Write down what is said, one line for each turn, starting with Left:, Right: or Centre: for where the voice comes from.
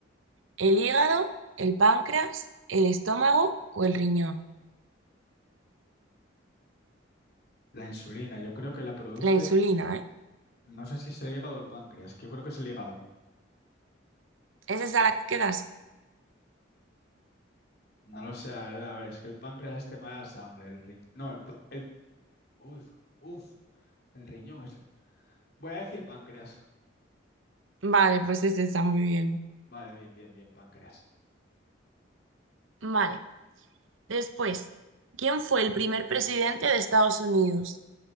Right: ¿El hígado, el páncreas, el estómago o el riñón?
Left: La insulina, yo creo que la produce.
Right: La insulina, ¿eh?
Left: No sé si es el hígado o el páncreas, que yo creo que es el hígado.
Right: ¿Es esa la que quedas?
Left: No lo sé, la verdad. A ver, es que el páncreas es tema de la sangre. El riñón. No, el, pa- el. Uf, uf, el riñón es. Voy a decir páncreas.
Right: Vale, pues es esa, muy bien.
Left: Vale, bien, bien, bien, páncreas.
Right: Vale. Después, ¿quién fue el primer presidente de Estados Unidos?